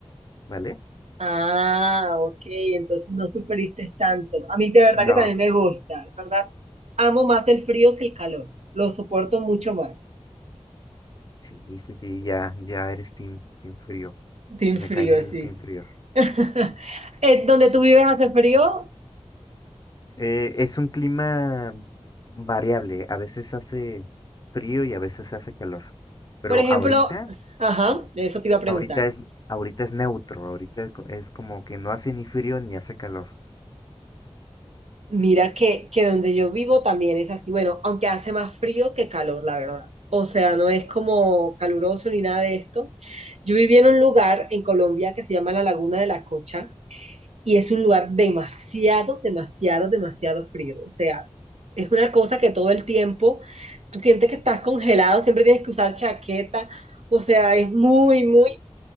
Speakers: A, on the left; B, on the right.
A: ¿vale?
B: Ah, ok, entonces no sufriste tanto. A mí de verdad
A: No,
B: que también me gusta, la verdad. Amo más el frío que el calor. Lo soporto mucho más.
A: sí, sí, sí, ya, ya eres team, team frío,
B: Team
A: me
B: frío,
A: caen bien
B: sí.
A: los team frío.
B: <laughs> Eh, ¿Donde tú vives hace frío?
A: Eh, es un clima variable, a veces hace frío y a veces hace calor, pero
B: Por ejemplo,
A: ahorita
B: ajá, de eso te iba a preguntar.
A: Ahorita es, ahorita es neutro, ahorita co- es como que no hace ni frío ni hace calor.
B: Mira que, que donde yo vivo también es así, bueno, aunque hace más frío que calor, la verdad. O sea, no es como caluroso ni nada de esto. Yo vivía en un lugar en Colombia que se llama la Laguna de la Cocha. y es un lugar demasiado, demasiado, demasiado frío. O sea, es una cosa que todo el tiempo tú sientes que estás congelado, siempre tienes que usar chaqueta. O sea, es muy, muy,